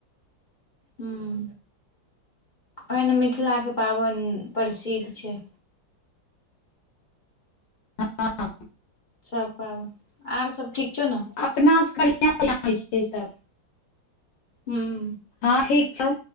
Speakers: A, on the left; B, on the left.
A: हूॅं अइन मिथिलाके पाबैन प्रसिद्ध छै
B: हँ
A: सब पाबन और सब ठीक छौ न
B: अपनासँ कहिआ बला होइ छै ई सब
A: हूॅं
B: हँ ठीक छौ